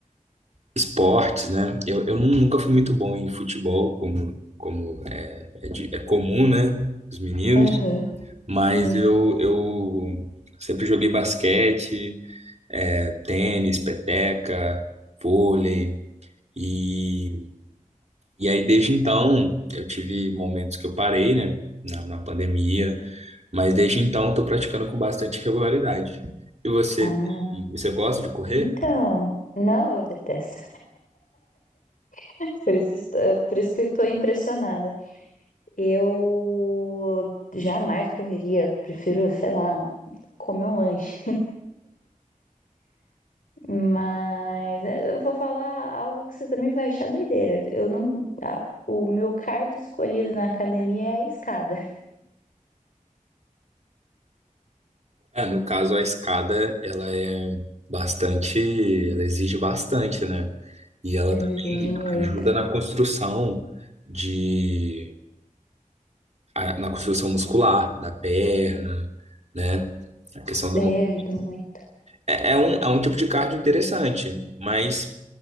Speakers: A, on the right (about 55°); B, on the left (about 80°).
A: Esportes, né? Eu, eu nu- nunca fui muito bom em futebol, como, como é, é, de- é comum, né? Os meninos,
B: Aham.
A: mas
B: Sim.
A: eu, eu sempre joguei basquete, é, tênis, peteca, vôlei, e, e aí desde então eu tive momentos que eu parei, né? Na, na pandemia, mas desde então estou praticando com bastante regularidade. E você,
B: Ah,
A: você gosta de correr?
B: então. Não, eu detesto. <laughs> Por isso, estou- por isso que eu estou impressionada. Eu jamais correria, prefiro, sei lá, comer um lanche. Mas é, eu vou falar algo que você também vai achar doideira. Eu não. a- o meu card escolhido na academia é a escada.
A: É, no caso, a escada, ela é bastante, ela exige bastante, né? E ela
B: Ela
A: também
B: exige muito.
A: ajuda na construção de, a- na construção muscular da perna, né? A questão do
B: É,
A: movimento.
B: ajuda muito.
A: É, é um, é um tipo de cardio interessante, mas,